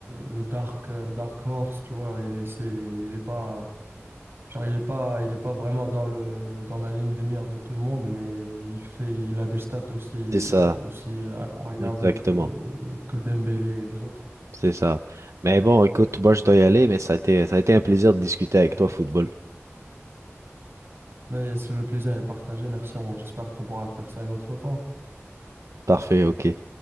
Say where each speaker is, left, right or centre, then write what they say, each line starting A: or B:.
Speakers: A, on the right; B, on the right.
A: le dark euh, dark horse, tu vois, il est c'est il est pas genre il est pas il est pas vraiment dans le dans la ligne de mire de tout le monde, mais il fait il a des stats aussi
B: C'est ça,
A: aussi incroyables
B: exactement.
A: que que Dembélé et les autres.
B: C'est ça. Mais bon, écoute, moi je dois y aller, mais ça a été, ça a été un plaisir de discuter avec toi, football.
A: Mais c'est- le plaisir est partagé, merci, on- j'espère qu'on pourra faire ça une autre fois.
B: Parfait, ok.